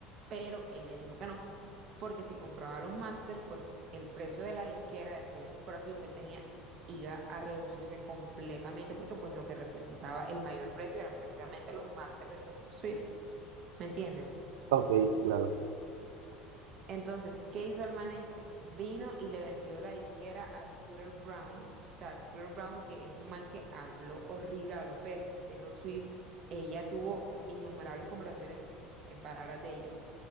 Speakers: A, on the right; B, on the right.
A: pero él le dijo que no, porque si compraba los masters, pues el precio de la disquera, del sello discográfico que él tenía, iba a reducirse completamente porque pues lo que representaba el mayor precio eran precisamente los masters de Taylor Swift, ¿me entiendes?
B: Ok, sí, claro.
A: Entonces, ¿qué hizo el man este? Vino y le vendió la disquera a Scooter Brown, o sea, Scooter Brown, que es un man que habló horrible a López de Taylor Swift. Ella tuvo innumerables conversaciones, en palabras de ella,